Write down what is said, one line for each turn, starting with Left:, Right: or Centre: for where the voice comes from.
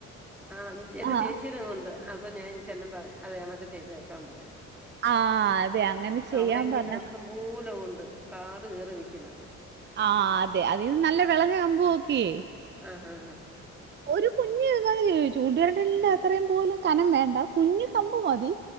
Centre: ആ എന്റെ
Right: ആ
Centre: ചേച്ചീ ടെ മോൻണ്ട് അപ്പൊ ഞാൻ ഇനി ചെല്ലുമ്പോ അതെ കണക്ക് ചെയ്ത് തീർക്കാൻ പറയാ.
Right: ആ അതെ അങ്ങനെ ചെയ്യാൻ
Centre: അവിടെ ഇങ്ങനെ
Right: പറഞ്ഞ
Centre: ഇഷ്ടം പോലെ ഉണ്ട് കാട് കേറി നിക്കെന്ന്.
Right: ആ അതെ അതിന്ന് നല്ല വിളഞ്ഞ കമ്പ് നോക്കിയേ
Centre: ആഹാ.
Right: ഒരു കുഞ്ഞ് ചൂണ്ടുവരലിന്റെ അത്രയും പോലും കനം വേണ്ട കുഞ്ഞ് കമ്പ് മതി